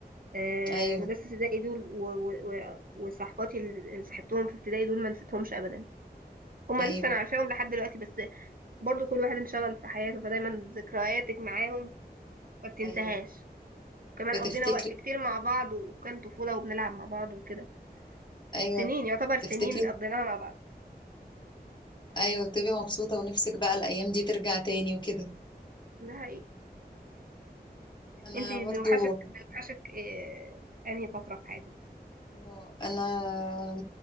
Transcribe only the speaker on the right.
آه،
مدرسة ابتدائي دول و- و- و- وصحباتي اللي صاحبتهم في ابتدائي دول ما نسيتهمش أبدا هما
لسه أنا عارفاهم لحد دلوقتي بس برضو كل واحد انشغل في حياته فدايما ذكرياتك معاهم ما بتنساهاش
كمان
قضينا وقت كتير مع بعض وكان طفولة وبنلعب مع بعض وكده
سنين يعتبر سنين
قضيناها مع بعض
ده حقيقي
انت بيوحشك
بيوحشك آه، أنهي فترة في حياتك